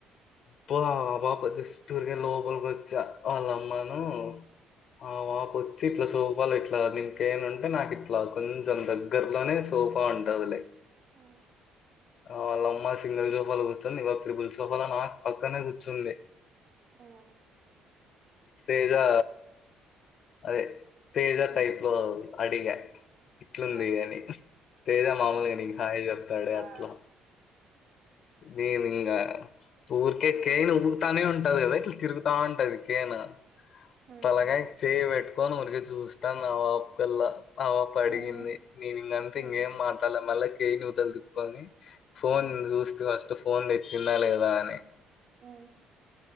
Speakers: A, on the left (about 55°); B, on the right (about 55°).
A: బా బాప జస్ట్ ఊరికే లోపలికి వచ్చి అళ్ళమ్మను
B: ఉమ్
A: ఆ వా పచట్ల స వాళ్ళు ఇట్లా నంకేన్ ఉంటే నాకు ఇట్లా కొంచెం దగ్గరలోనే సోఫా ఉంటుందిలే
B: ఆ
A: ఆ వాళ్ళమ్మా సింగిల్ సోఫాలులో కూర్చుంది ఇవా త్రిపుల్ సోఫలో నాకు పక్కనే కూర్చుంది
B: ఆ
A: తేజా అదే తేజ
B: ఉమ్ ఉమ్
A: టైప్ లో అడిగా ఇట్లుంది
B: ఆ
A: అని తేజ మాముూలుగా
B: ఆ
A: నీకు హాయ్ చెప్తాడే
B: ఆ
A: అట్లో మేమింగ ఊరికే
B: ఉమ్
A: కేన్ ఉగురుతానే ఉంటది గదా ఇట్ల తిరుగుతా ఉంటది కేనా
B: ఉమ్
A: తలగాయ చేయి పెట్టుకోని ఊరికే చూస్ తన్నవా కుల్ల ఆపాప అడిగింది
B: ఉమ్
A: నేను ఇంకంతే
B: ఉమ్
A: ఇంకేం మాట్లా మళ్ళా కేయిను తలు తిప్పుకోని ఫోన్
B: ఉమ్ ఉమ్
A: చూస్తే పోన్ దెచ్చుండాలి గదా అని
B: మ్మ్